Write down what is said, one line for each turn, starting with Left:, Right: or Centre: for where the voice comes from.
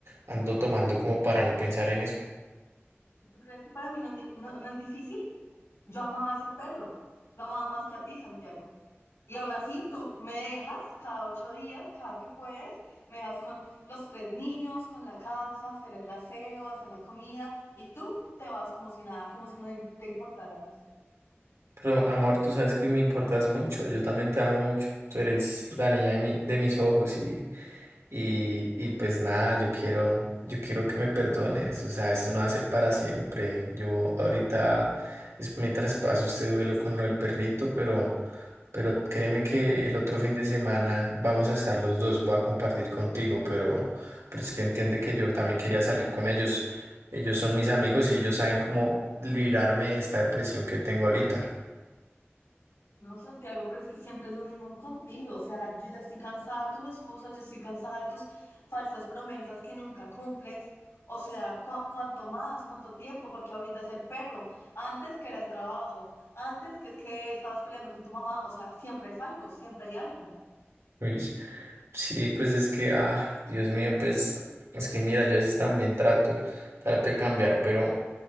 Right: ando tomando como para no pensar en eso.
Left: ¿Y tú crees que para mí no, es ni- no- no es difícil? Yo amaba a ese perro. Lo amaba más que a ti, Santiago. Y aún así, tú me dejas cada ocho días, cada que puedes, me dejas con los tres niños, con la casa, hacer el aseo, hacer la comida, y tú te vas como si nada, como si no te importáramos.
Right: Pero amor, tú sabes que me importas mucho, yo también te amo mucho, tú eres la niña de mi, de mis ojos Y, y pues nada, yo quiero, yo quiero que me perdones, o sea, esto no va a ser para siempre. Yo ahorita es mientras paso este duelo con lo del perrito, pero, pero créeme que el otro fin de semana vamos a estar los dos, voy a compartir contigo, pero, pero es que entiende que yo también quería salir con ellos. Ellos son mis amigos y ellos saben cómo librarme de esta depresión que tengo ahorita.
Left: No, Santiago, pero es que siempre es lo mismo contigo. O sea, yo ya estoy cansada de tus excusas, yo estoy cansada de tus falsas promesas que nunca cumples. O sea, cu- ¿cuánto más? ¿Cuánto tiempo? Porque ahorita es el perro, antes que era el trabajo, antes que es que estabas peleando con tu mamá. O sea, siempre es algo, siempre hay algo.
Right: Uy. Sí, pues es que, ah, Dios mío, pues es que mira, yo a veces también trato, trato de cambiar, pero.